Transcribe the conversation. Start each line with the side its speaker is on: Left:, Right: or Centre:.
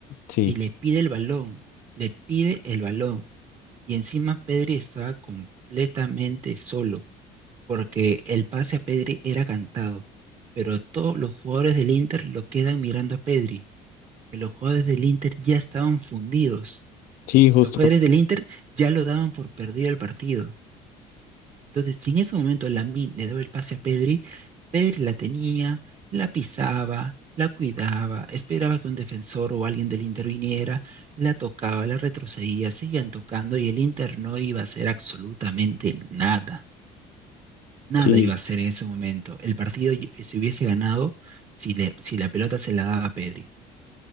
Left: sí,
Right: y le pide el balón, le pide el balón, y encima Pedri estaba completamente solo porque el pase a Pedri era cantado, pero todos los jugadores del Inter lo quedan mirando a Pedri, que los jugadores del Inter ya estaban fundidos,
Left: sí, justo,
Right: los jugadores del Inter ya lo daban por perdido el partido. Entonces, si en ese momento Lamine le daba el pase a Pedri, Pedri la tenía, la pisaba, la cuidaba, esperaba que un defensor o alguien del Inter viniera, la tocaba, la retrocedía, seguían tocando y el Inter no iba a hacer absolutamente nada. Nada
Left: sí,
Right: iba a hacer en ese momento. El partido y- se hubiese ganado si, le- si la pelota se la daba a Pedri.